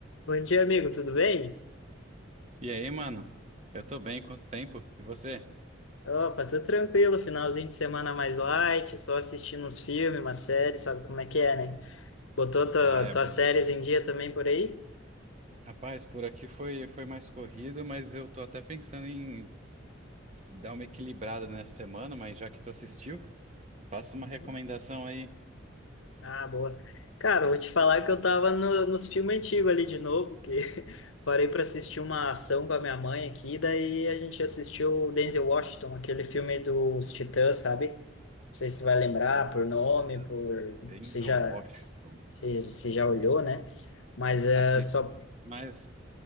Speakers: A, on the left; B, on the right.
A: Bom dia, amigo, tudo bem?
B: E aí, mano? Eu tô bem, quanto tempo? E você?
A: Opa, tô tranquilo, finalzinho de semana mais light, só assistindo uns filmes, uma série, sabe como é que é, né? Botou tua,
B: Ah, é
A: tuas
B: bom.
A: séries em dia também por aí?
B: Rapaz, por aqui foi, foi mais corrido, mas eu tô até pensando em dar uma equilibrada nessa semana, mas já que tu assistiu, passa uma
A: Uhum.
B: recomendação aí.
A: Ah, boa. Cara, eu vou te falar que eu tava no- nos filmes antigos ali de novo, que <laughs> parei pra assistir uma ação com a minha mãe aqui, daí a gente assistiu o Denzel Washington, aquele filme dos Titãs, sabe? Não sei se vai lembrar
B: Filme
A: por
B: dos
A: nome,
B: Titãs,
A: por
B: Denzel
A: se já
B: Washington.
A: se, se já olhou, né? Mas é
B: Assim,
A: só
B: esses filmes mais